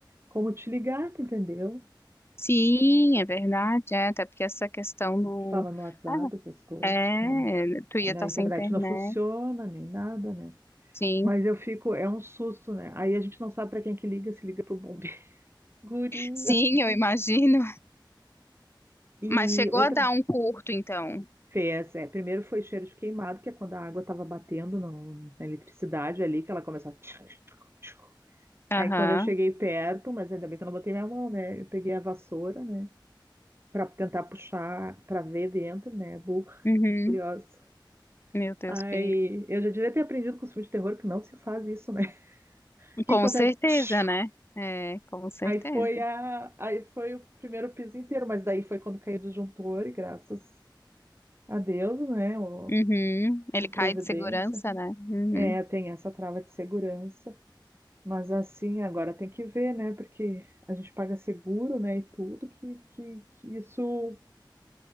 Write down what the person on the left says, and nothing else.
Sim, é verdade. É, até porque essa questão
do.
Ah,
é,
tu ia
estar
sem internet.
Sim,
sim, eu imagino.
Mas chegou
a dar um curto, então.
Aham.
Uhum.
Meu Deus,
perigo.
Com
certeza,
né? É, com certeza.
Uhum. Ele
cai de segurança, né? Uhum.